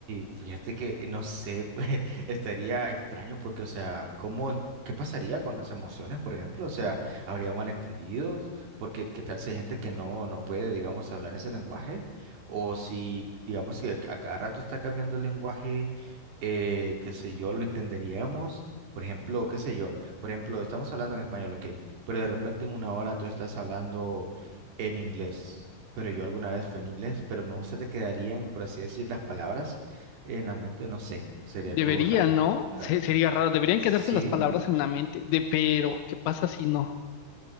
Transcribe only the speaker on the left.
Deberían,
¿no?
Se-
sería raro. Deberían
quedarse las palabras en la mente. De, pero, ¿qué pasa si no?